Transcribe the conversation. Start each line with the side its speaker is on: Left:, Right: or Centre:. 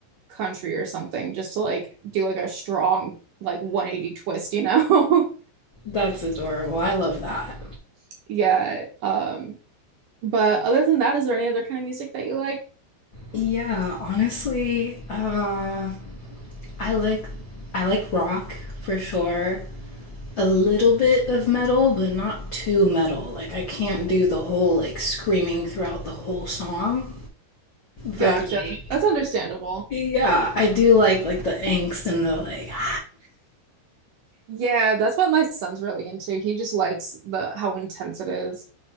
Right: country or something just to like do like a strong like 180 twist, you know?
Left: That's adorable. I love that.
Right: <laughs> yeah. Um But other than that, is there any other kind of music that you like?
Left: Yeah, honestly, uh, I like I like rock for sure. A little bit of metal, but not too metal. Like I can't do the whole like screaming throughout the whole song, but
Right: Gotcha.
Left: like
Right: That's understandable.
Left: Yeah, I do like like the angst and the like <laughs>
Right: Yeah, that's what my son's really into. He just likes the how intense it is.